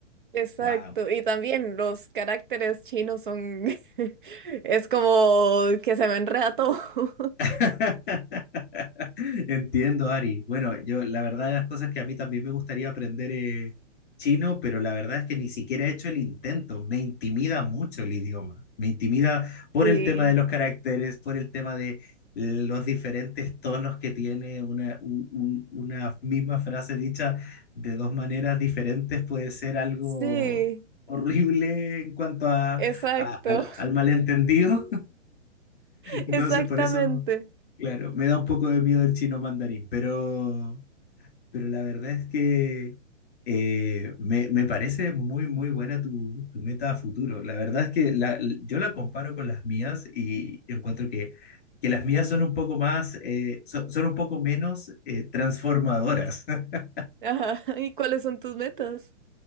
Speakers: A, on the right; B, on the left.
A: Exacto,
B: wow.
A: y también los caracteres chinos son, <laughs> es como que se me enreda todo. <laughs>
B: <laughs> Entiendo, Ari. Bueno, yo la verdad de las cosas que a mí también me gustaría aprender eh, chino, pero la verdad es que ni siquiera he hecho el intento. Me intimida mucho el idioma. Me intimida por
A: Sí,
B: el tema de los caracteres, por el tema de los diferentes tonos que tiene una, un- un- una misma frase dicha de dos maneras diferentes puede ser algo
A: sí,
B: horrible en cuanto a,
A: exacto,
B: a- al al malentendido.
A: <laughs>
B: Entonces,
A: exactamente.
B: por eso, claro, me da un poco de miedo el chino mandarín, pero, pero la verdad es que eh, me, me parece muy, muy buena tu, tu meta a futuro. La verdad es que la, yo la comparo con las mías y encuentro que, que las mías son un poco más, eh, so- son, un poco menos eh, transformadoras. <laughs>
A: Ajá. ¿Y cuáles son tus metas?